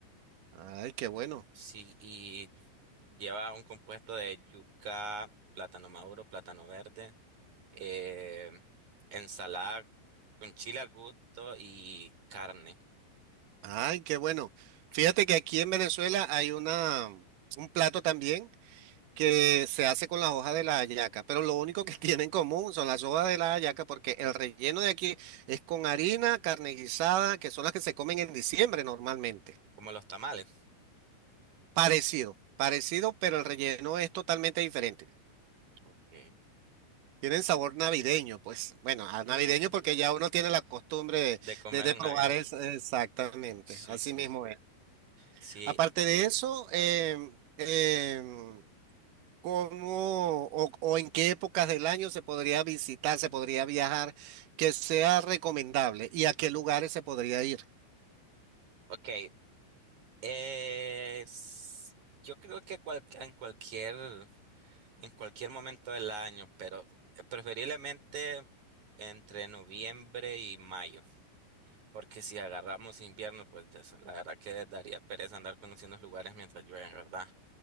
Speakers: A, on the right; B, on the right.
A: Ay, qué bueno,
B: Sí, y lleva un compuesto de yuca, plátano maduro, plátano verde, eh, ensalada con chile al gusto y carne,
A: ay, qué bueno. Fíjate
B: sí,
A: que aquí en Venezuela hay una, un plato también que se hace con las hojas de la hallaca, pero lo único que <laughs> tiene en común son las hojas de la hallaca porque el relleno de aquí es con harina, carne guisada, que son las que se comen en diciembre normalmente.
B: Como los tamales.
A: Parecido, parecido, pero el relleno es totalmente diferente.
B: Okay.
A: Tienen sabor navideño, pues bueno, a
B: Mm,
A: navideño porque ya uno tiene la costumbre de,
B: de comerlo
A: de- de
B: en
A: probar
B: Navidad.
A: es- exactamente,
B: Sí,
A: así
B: sí,
A: mismo es.
B: sí.
A: Aparte de eso, em, em, ¿cómo o, o en qué épocas del año se podría visitar, se podría viajar, que sea recomendable y a qué lugares se podría ir?
B: Ok. eh, s- yo creo que cual- en cualquier, en cualquier momento del año, pero eh, preferiblemente entre noviembre y mayo. Porque si agarramos invierno, pues ya sé, la verdad que daría pereza andar conociendo los lugares mientras llueve, ¿verdad?